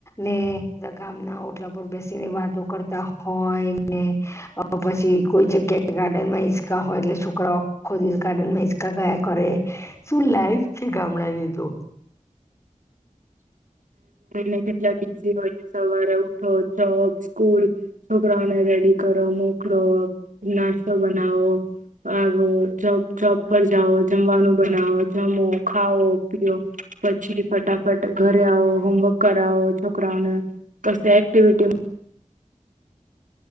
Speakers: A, on the left; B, on the right.
A: ને. બધા ગામના ઓટલા પર બેસીને વાતો કરતા હોય ને, પછી કોઈ જગ્યાએ ગાર્ડનમાં હોય એટલે છોકરાખોદીલ ગાર્ડનમાં ગાયા કરે, શું લાઈફ છે ગામડાની તો!
B: ને કેટલા બિઝી હોય-સવારે ઉઠો, જોબ, સ્કૂલ, છોકરાઓને રેડી કરો, મોકલો, નાસ્તો બનાવો, આવો જોબ પર જાઓ, જમવાનું બનાવો, જમો-ખાવો, પીઓ, પછી ફટાફટ ઘરે આવો, હોમવર્ક કરાવો છોકરાઓને, કશે એક્ટિવિટી